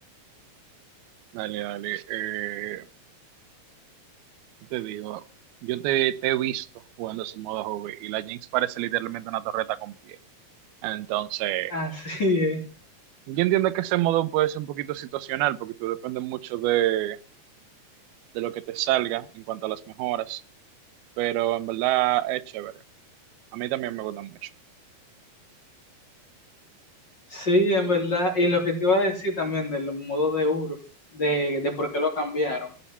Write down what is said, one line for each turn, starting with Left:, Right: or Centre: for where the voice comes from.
Right: Dale, dale. Eh, Te digo, yo te, te he visto jugando ese modo hobby y la Jinx parece literalmente una torreta con pie. Entonces,
Left: <laughs> Así es.
Right: yo entiendo que ese modo puede ser un poquito situacional porque tú depende mucho de, de lo que te salga en cuanto a las mejoras, pero en verdad es chévere. A mí también me gusta mucho.
Left: Sí, en verdad. Y lo que te iba a decir también del modo de URF, de, de por qué lo cambiaron,